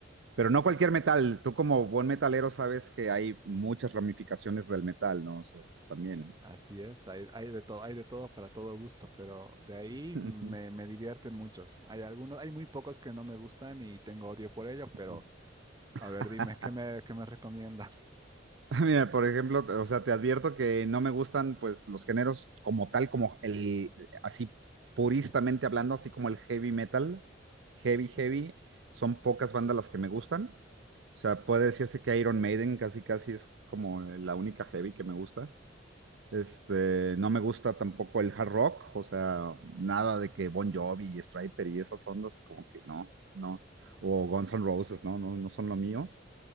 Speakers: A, on the right; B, on the right.
A: Pero no cualquier metal. Tú como buen metalero sabes que hay muchas ramificaciones del metal, ¿no? O sea, también.
B: Así es, hay, hay de todo, hay de todo para todo gusto, pero de ahí
A: Ujú,
B: me, me divierten muchos. Hay algunos, hay muy pocos que no me gustan y tengo odio por ello, pero
A: ujú.
B: a ver,
A: <laughs>
B: dime, ¿qué me, qué me recomiendas? <laughs>
A: Mira, por ejemplo, o sea, te advierto que no me gustan pues los géneros como tal, como el, así puristamente hablando, así como el heavy metal, heavy, heavy, son pocas bandas las que me gustan. O sea, puede decirse que Iron Maiden casi, casi es como la única heavy que me gusta. Este, no me gusta tampoco el hard rock, o sea, nada de que Bon Jovi y Striper y esas ondas, como que no, no. O Guns N' Roses, no, no, no son lo mío.